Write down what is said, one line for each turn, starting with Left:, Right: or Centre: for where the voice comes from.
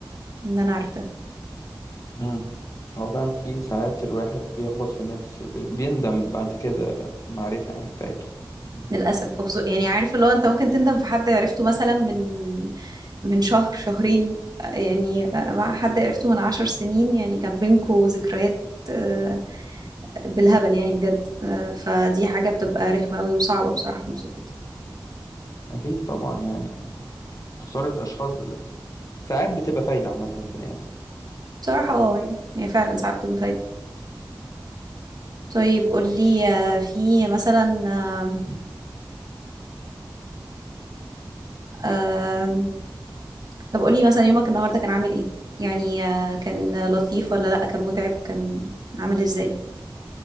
Right: ان انا عرفتها
Left: امم هو فعلا في ساعات الواحد بيخبط في ناس بي- بيندم بعد كده في المعرفة يعني بتاعتهم
Right: للاسف وخصو- يعني عارف اللي هو انت ممكن تندم في حد عرفته مثلا من من شهر شهرين آه، يعني آه، مع حد عرفته من عشر سنين يعني كان بينكوا ذكريات آه، بالهبل يعني بجد آه، فدي حاجة بتبقى رخمة قوي وصعبة بصراحة في نفس الوقت
Left: أكيد طبعا يعني خسارة أشخاص ساعات بتبقى فايدة عامة للبني آدم
Right: بصراحة اه يعني هي فعلا ساعات بتبقى فايدة طيب قولي آه، في مثلا آه، آه، طب قولي مثلا يومك النهاردة كان عامل ايه؟ يعني آه، كان لطيف ولا لأ كان متعب كان عامل ازاي؟